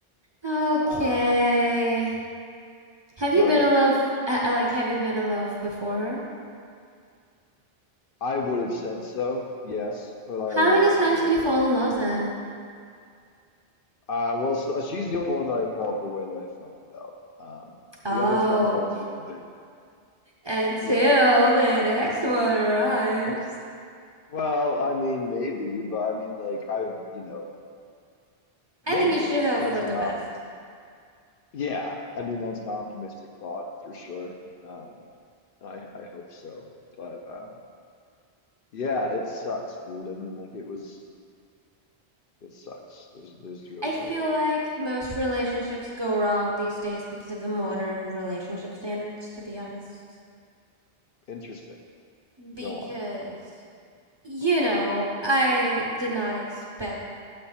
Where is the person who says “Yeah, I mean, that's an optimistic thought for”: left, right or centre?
Left